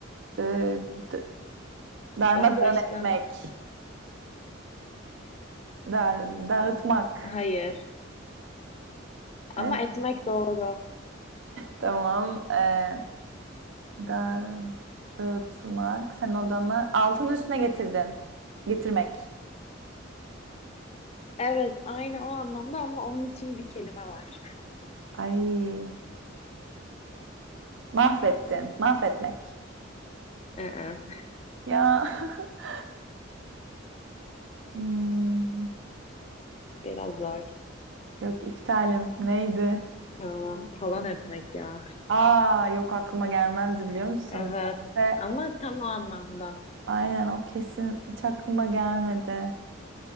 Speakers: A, on the right; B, on the left.
A: D- d- darmadağın
B: Yaklaştın.
A: etmek. Dar dağıtmak.
B: Hayır. Ama
A: E,
B: etmek doğru.
A: tamam. E, da dağıtmak. Sen odamı altının üstüne getirdin. Getirmek.
B: Evet, aynı o anlamda ama onun için bir kelime var.
A: Ay mahvettin. Mahvetmek.
B: Ee.
A: Ya. <laughs> Hmm.
B: Biraz zor.
A: Yok iptalim. Neydi?
B: Tamam. Talan etmek ya.
A: Aa yok aklıma gelmezdi biliyor musun?
B: Evet.
A: Neyse,
B: Ama tam o anlamda.
A: aynen o kesin hiç aklıma gelmedi.